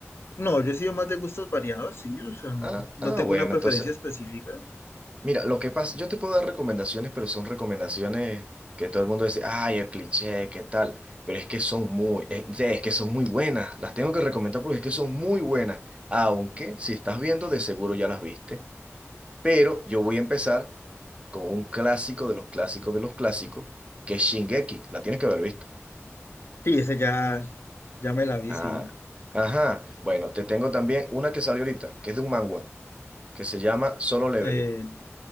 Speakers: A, on the left; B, on the right.
A: No, yo he sido más de gustos variados, sí, o sea, no,
B: Ah,
A: no
B: ah,
A: tengo
B: bueno,
A: una preferencia
B: entonces,
A: específica.
B: mira, lo que pasa, yo te puedo dar recomendaciones, pero son recomendaciones que todo el mundo dice, ay, el cliché, ¿qué tal? Pero es que son muy, es, es que son muy buenas, las tengo que recomendar porque es que son muy buenas, aunque si estás viendo, de seguro ya las viste, pero yo voy a empezar con un clásico de los clásicos de los clásicos, que es Shingeki. La tienes que haber visto.
A: Sí, ese ya, ya me la vi,
B: Ah,
A: sí.
B: ajá. Bueno, te tengo también una que salió ahorita, que es de un manga, que se llama Solo Leveling.
A: Eh,